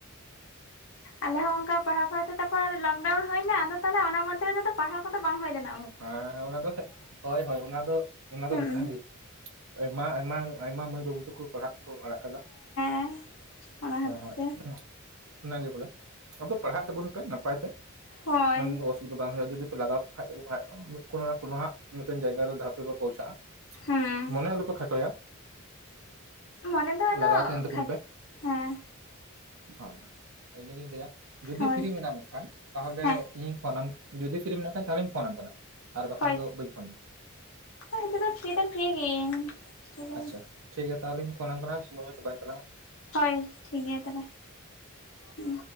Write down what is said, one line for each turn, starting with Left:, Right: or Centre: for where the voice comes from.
Right: <inaudible>
Left: ᱟᱞᱮᱦᱚᱸ ᱚᱱᱠᱟ ᱯᱟᱲᱦᱟᱣ ᱯᱟᱲᱦᱟ ᱛᱮ ᱛᱟᱨᱯᱚᱨ ᱞᱚᱠᱰᱟᱣᱩᱱ ᱦᱩᱭᱱᱟ ᱟᱫᱚ ᱛᱚᱞᱮ ᱚᱱᱟ ᱢᱚᱫᱽᱫᱷᱮ ᱨᱮ ᱛᱚ ᱯᱟᱲᱦᱟᱣ ᱠᱚᱫᱚ ᱵᱟᱝ ᱦᱩᱭ ᱞᱮᱱᱟᱼᱼ
Right: ᱦᱟ ᱚᱱᱟ ᱫᱚ ᱥᱮ ᱦᱳᱭ ᱦᱳᱭ ᱚᱱᱟ ᱫᱚ ᱚᱱᱟ ᱫᱚ
Left: ᱦᱮᱸ
Right: ᱚᱱᱠᱟᱜ ᱜᱮᱼᱼ ᱟᱭᱢᱟ ᱟᱭᱢᱟ ᱟᱭᱢᱟ ᱢᱟᱹᱭ ᱵᱟᱹᱵᱩ ᱛᱟᱠᱚ ᱯᱟᱲᱦᱟᱜ ᱠᱚ ᱟᱲᱟᱜ ᱠᱟᱫᱟ᱾
Left: ᱦᱮᱸ ᱚᱱᱟ
Right: ᱦᱳᱭ
Left: ᱦᱚᱛᱮ
Right: ᱦᱳᱭ
Left: ᱛᱮ
Right: ᱚᱱᱟᱜᱮ ᱵᱚᱞᱮ ᱟᱫᱚ ᱯᱟᱲᱦᱟᱜ ᱛᱟᱵᱚᱱ ᱯᱮ ᱱᱟᱯᱟᱭ ᱛᱮ,
Left: ᱦᱳᱭ
Right: ᱚᱱᱟ ᱫᱚ ᱚᱥᱵᱤᱫᱷᱟ ᱵᱟᱝ ᱦᱩᱭᱩᱜᱼᱟ ᱡᱩᱫᱤ ᱯᱮ ᱞᱟᱜᱟᱣ ᱠᱷᱟᱱ ᱠᱳᱱᱳ ᱱᱟ ᱠᱳᱱᱳ ᱦᱟᱸᱜ ᱢᱤᱫᱴᱮᱱ ᱡᱟᱭᱜᱟᱟᱨᱮ ᱫᱷᱟᱯ ᱨᱮᱯᱮ ᱯᱳᱣᱪᱷᱟᱜᱼᱟ
Left: ᱦᱮᱸ
Right: ᱢᱚᱱᱮ ᱟᱞᱚᱯᱮ ᱠᱷᱟᱴᱚᱭᱟ,
Left: ᱢᱚᱱᱮ ᱫᱚ ᱟᱫᱚ
Right: ᱞᱟᱜᱟᱣ ᱛᱟᱦᱮᱱ ᱛᱟᱵᱚᱱ
Left: ᱠᱷᱟᱴ
Right: ᱯᱮ
Left: ᱦᱮᱸᱼᱼ
Right: ᱦᱳᱭ ᱦᱳᱭ ᱤᱱᱟᱹᱜᱤᱧ ᱞᱟᱹᱭᱟ ᱡᱩᱫᱤ
Left: ᱦᱳᱭ
Right: ᱯᱷᱤᱨᱨᱤ ᱢᱮᱱᱟᱜ ᱢᱮᱠᱷᱟᱱ ᱛᱟᱦᱚᱞᱮᱼᱼ
Left: ᱦᱮᱸ
Right: ᱤᱧ ᱯᱷᱳᱱᱟᱢ ᱡᱩᱫᱤ ᱯᱷᱤᱨᱨᱤᱢ ᱢᱮᱱᱟᱜ ᱠᱷᱟᱱ ᱛᱟᱦᱚᱞᱮᱧ ᱯᱷᱳᱱᱟᱢ ᱠᱟᱱᱟ᱾ ᱟᱨ ᱵᱟᱠᱷᱟᱱ
Left: ᱦᱭ
Right: ᱫᱚ ᱵᱟᱹᱧ ᱯᱷᱳᱱ ᱟᱢᱟ
Left: ᱦᱳᱭ ᱱᱤᱛᱚᱜ ᱫᱚ ᱯᱷᱤᱨᱤ ᱫᱚ ᱯᱷᱤᱨᱤ ᱜᱮᱤᱧ᱾
Right: ᱟᱪᱪᱷᱟ ᱴᱷᱤᱠ ᱜᱮᱭᱟ ᱛᱟᱦᱚᱞᱮᱧ ᱯᱷᱳᱱ ᱟᱢ ᱠᱟᱱᱟ ᱥᱚᱢᱚᱭ ᱦᱚᱸ ᱪᱟᱵᱟ ᱮᱱ ᱛᱟᱞᱟᱝᱼᱟ᱾
Left: ᱦᱳᱭ ᱴᱷᱤᱠ ᱜᱮᱭᱟ ᱛᱟᱦᱚᱞᱮ ᱦᱩᱸ